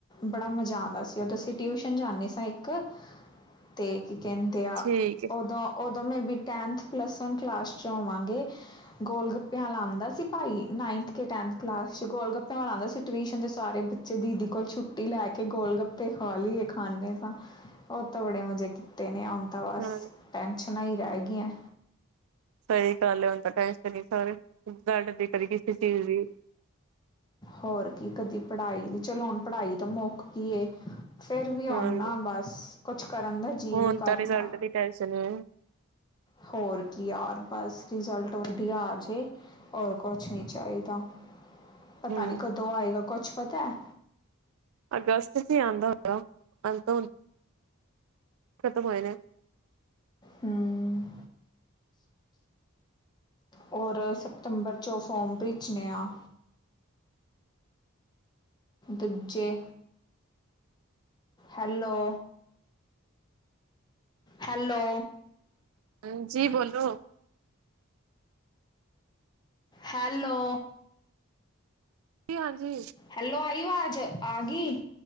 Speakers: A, on the left; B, on the right.
A: ਬੜਾ ਮਜ਼ਾ ਆਉਂਦਾ ਸੀ ਉਦੋਂ ਅਸੀਂ ਟਿਊਸ਼ਨ ਜਾਂਦੇ ਸਾਂ ਇੱਕ ਤੇ ਕੀ ਕਹਿੰਦੇ ਆ
B: ਠੀਕ ਏ।
A: ਉਦੋਂ ਉਦੋਂ maybe tenth plus one class ਚ ਹੋਵਾਂਗੇ ਗੋਲ ਗੱਪਿਆਂ ਵਾਲਾ ਲਾਉਂਦਾ ਸੀ ਭਾਈ ਨਾਈਨਥ ਕੇ ਟੈਨਥ ਕਲਾਸ ਚ ਗੋਲ ਗੱਪਿਆਂ ਵਾਲਾ ਆਉਂਦਾ ਸੀ ਟਿਊਸ਼ਨ ਤੇ ਸਾਰੇ ਬੱਚੇ ਦੀਦੀ ਕੋਲ ਛੁੱਟੀ ਲੈ ਕੇ ਗੋਲ ਗੱਪੇ ਖਾ ਲਈਏ ਖਾਂਨੇ ਤਾਂ ਉਹ ਤਾਂ ਬੜੇ ਮਜੇ ਕੀਤੇ ਨੇ ਹੁਣ ਤਾਂ ਬਸ
B: ਹਾਂ
A: ਟੈਨਸ਼ਨਾਂ ਈ ਰਹਿ ਗਈਆਂ।
B: ਸਹੀ ਗੱਲ ਹੈ ਹੁਣ ਤਾਂ ਟੈਨਸ਼ਨ ਈ ਬੜੀ ਕਦੀ ਰਿਜਲਟ ਦੀ ਕਦੀ ਕਿਸੇ ਚੀਜ਼ ਦੀ
A: ਹੋਰ ਕੀ ਕਦੀ ਪੜ੍ਹਾਈ ਦੀ ਚਲੋ ਹੁਣ ਪੜ੍ਹਾਈ ਤਾਂ ਮੁੱਕ ਗਈ ਏ ਫੇਰ ਵੀ ਹੁਨ
B: ਹਾਂਜੀ
A: ਨਾ ਬਸ ਕੁਛ ਕਰਨ ਦਾ ਜੀਅ
B: ਹੁਣ
A: ਨਹੀਂ ਕਰਦਾ
B: ਤਾਂ ਰਿਜ਼ਲਟ ਦੀ ਟੇਂਸ਼ਨ ਏ
A: ਹੋਰ ਕੀ ਯਾਰ ਬਸ ਰਿਜ਼ਲਟ ਵਧੀਆ ਆ ਜੇ ਹੋਰ ਕੁਛ ਨਈ ਚਾਹੀਦਾ। ਪਤਾ
B: ਹਮ
A: ਨੀ ਕਦੋਂ ਆਏਗਾ ਕੁੱਛ ਪਤਾ ਹੈ?
B: ਅਗਸਤ ਚ ਹੀ ਆਉਂਦਾ ਹੁੰਦਾ ਹੁਣ ਤਾਂ ਖਤਮ ਹੋਏ ਨੇ
A: ਹੂੰ ਔਰ ਸਤੰਬਰ ਚੋਂ ਫੋਮ ਭੇਜਣੇ ਆ ਦੂਜੇ ਹੈਲੋ ਹੈਲੋ
B: ਹਾਂਜੀ ਬੋਲੋ
A: ਹੈਲੋ
B: ਜੀ ਹਾਂਜੀ
A: ਹੈਲੋ ਆਈ ਵਾਜ ਆ ਗਈ